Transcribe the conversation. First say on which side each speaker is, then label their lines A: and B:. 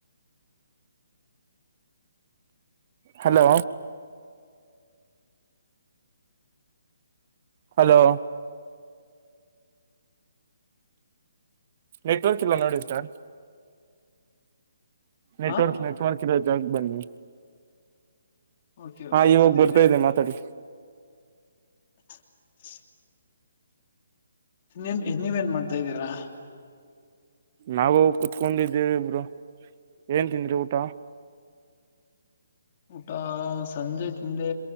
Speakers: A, on the right; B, on the left.
A: ಹಲೋ ಹಲೋ ನೆಟ್ವರ್ಕ್ ಇಲ್ಲ ನೋಡಿ ಸಾರ್ ನೆಟ್ವರ್ಕ್
B: ಹ
A: ನೆಟ್ವರ್ಕ್ ಇರೋ ಜಾಗಕ್ಕ ಬನ್ನಿ
B: ಓಕೆ
A: ಹಾ
B: ಓಕೆ
A: ಇವಾಗ್
B: ಓಕೆ
A: ಬರ್ತಾ ಇದೆ ಮಾತಾಡಿ
B: <unintelligible> ನೀನ್ ನೀವೇನ್ ಮಾಡ್ತಾ ಇದ್ದೀರಾ
A: ನಾವು ಕೂತ್ಕೊಂಡಿದ್ದೇವಿ ಬ್ರೂ ಏನ್ ತಿಂದ್ರಿ ಊಟ
B: ಊಟಾ ಸಂಜೆ ಹಿಂದೆ